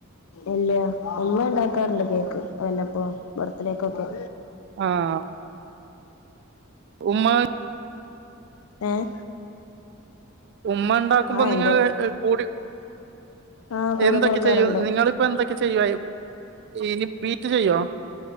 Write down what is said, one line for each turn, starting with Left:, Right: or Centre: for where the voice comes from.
Left: ഇല്ല ഉമ്മ ഉണ്ടാക്കാറുണ്ട് കേക്ക് വല്ലപ്പം ബർത്ത്ഡേയ്കൊക്കെ
Right: ആഹ് ഉമ്മ
Left: ഏഹ്
Right: ഉമ്മ ഉണ്ടാക്കുമ്പോ
Left: ആ
Right: നിങ്ങള്
Left: എന്തേലും
Right: കൂടി
Left: ആ കൂടെ
Right: എന്തൊക്കെ
Left: കൊടുക്കാറുണ്ട്
Right: ചെയ്യും നിങ്ങളിപ്പോ എന്തൊക്കെ ചെയ്യുവ ഇനി ബീറ്റ് ചെയ്യോ?